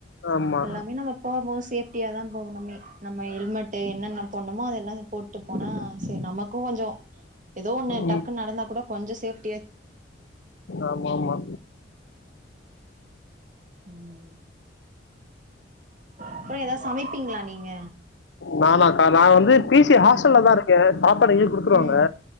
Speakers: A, on the left (about 75°); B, on the right (about 45°).
A: ஆமா
B: எல்லாமே நம்ம போகும் போது சேஃப்டியாதான் போகணுமே நம்ம ஹெல்மெட் என்னென்ன போண்ணுமோ அதெல்லாம் போட்டுட்டு போனா சரி நமக்கு கொஞ்சம் ஏதோ ஒன்று
A: ம்,
B: டக்கு நடந்தா கூட கொஞ்ச சேஃப்
A: ஆமா ஆமா
B: உம் அப்புறம் ஏதா சமைப்பீங்களா நீங்க
A: நானாக்கா நான் வந்து பிசி
B: ம்
A: ஹாஸ்டல்ல தான் இருக்கேன் சாப்பாடு இங்கய குடுத்துருவாங்க
B: ம்